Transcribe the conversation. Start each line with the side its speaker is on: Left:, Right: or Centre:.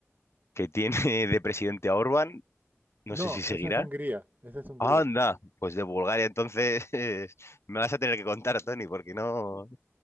Left: que tiene de presidente a Orbán,
Right: No,
Left: no sé si seguirá.
Right: esa es Hungría, esa es Hungría.
Left: Anda, pues de Bulgaria entonces <laughs> me vas a tener que contar, Tony, porque no...